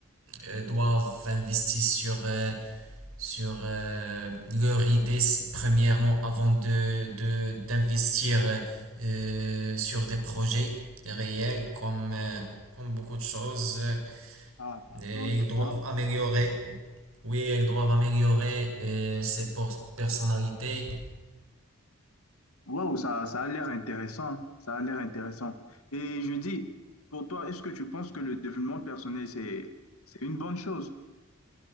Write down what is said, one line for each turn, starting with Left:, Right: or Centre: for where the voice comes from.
Right: euh, doivent investir sur, euh, sur euh, leur idée s- premièrement avant de, de- d'investir euh, euh, sur des projets réels comme, euh, comme beaucoup de choses. euh,
Left: Ah, d'accord,
Right: et
Left: je
Right: ils doivent
Left: vois.
Right: améliorer, oui, ils doivent améliorer euh, ses por- personnalités
Left: Waouh, ça, ça a l'air intéressant. Ça a l'air intéressant. Et je dis, pour toi, est-ce que tu penses que le développement personnel, c'est, c'est une bonne chose?